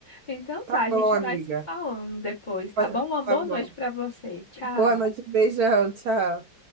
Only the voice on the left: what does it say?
Então
tá, a
gente
vai se falando depois, tá
bom? Uma boa
noite pra você. Tchau.